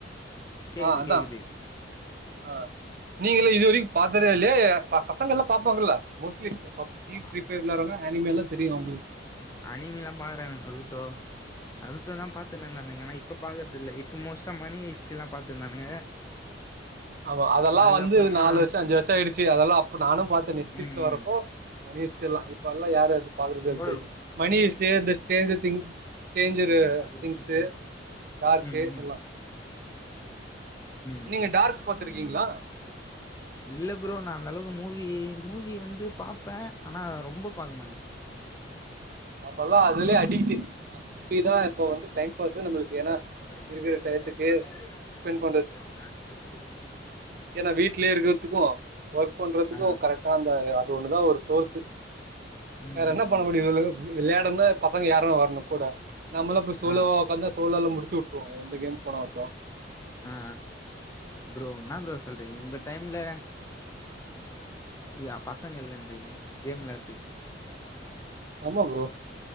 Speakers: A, on the left; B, on the right.
A: கேக்குது
B: ஆ அதா
A: கேக்குது.
B: ஆ நீங்களு இது வரைக்கு பாத்ததே இல்லையா ஏ ப பசங்கல்லா பாப்பாங்கல்ல மோஸ்ட்லி <inaudible> பப்ஜி
A: பா
B: ஃப்ரீபயர் வெளாட்றாங்க அனிமிலா தெரியு அவ்ங்களுக்கு
A: அ அனிமிலா பாக்குறாங்க ரூட்டோ அ ரூட்டோ தா பாத்துன்னு இருந்தானுங்க ஆனா இப்ப பாக்கற்து இல்ல இப்ப மோஸ்டா மணி ஹிஸ்டிரிலா பாத்துருந்தானுங்க
B: ஆமா அதெல்லா
A: அதுக்கப்புறமா
B: வந்து நாலு வர்ஷ அஞ்சு வர்ஷ ஆயிடுச்சு அதெல்லா அப்ப நானு பாத்தே நெட்ஃபிளிக்ஸ்ல
A: ம் ம்
B: வரப்போ மணி ஹிஷ்ட்ரிலா இப்ப அதுலா யாரு பாக்குறதில்ல
A: ம்
B: திரும்பி மணி ஹிஸ்ட்ரி இந்த ஸ்டேஜ்ஜர் திங் ஸ்டேஞ்சரு
A: பாக்குற
B: திங்ஸு
A: ஒண்ணுதா இருக்கு
B: டார்க்கு
A: ம் ம்
B: எல்லா
A: ம்
B: நீங்க
A: ம்
B: டார்க் பாத்துருக்கீங்ளா
A: இல்ல ப்ரோ நா அந்த அளவுக்கு மூவி மூவி வந்து பாப்பே ஆனா ரொம்ப பாக்க மாட்டே
B: நம்மலா அதுலே அடிக்ட்டு மூவிதா
A: <inaudible>
B: இப்ப வந்து டைம் பாஸு நம்மளுக்கு ஏன்னா இருக்கிற டயத்துக்கு
A: <inaudible>
B: ஸ்பெண்ட் ஏனா வீட்லே இருக்கிறத்துக்கு ஒர்க் பண்றத்துக்கு
A: ஆ
B: கரெக்ட் ஆ அந்த அது ஒன்னுதா ஒரு சோர்ஸ்சு
A: ம்
B: வேற என்ன
A: ம்
B: பண்ண
A: ம்
B: முடியு சொல்லுங்க அ விளையாடன்னா பசங்க யாரா வர்ணு கூட நம்மளா இப்ப சோலோவா
A: ஆ
B: ஒக்காந்தா சோலோல முடிச்சு வுட் ருவாங்க எந்த கேம் போனாலுந்தா
A: ஆ ஆ ப்ரோ என்னா ப்ரோ சொல்றீங்க இந்த டைம்ல யா பசங்க இல்லன்றீங்க கேம் வெளாட்த்துக்கு
B: ஆமா ப்ரோ